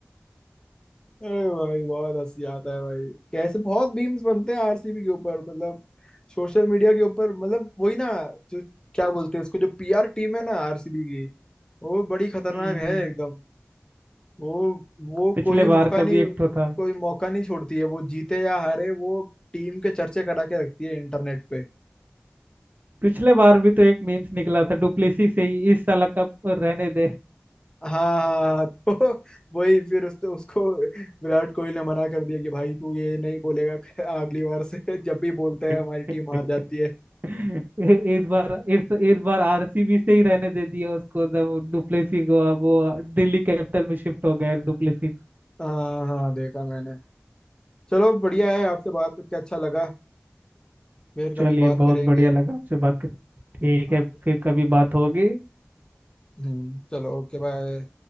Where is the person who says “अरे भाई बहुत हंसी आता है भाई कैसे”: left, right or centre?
Left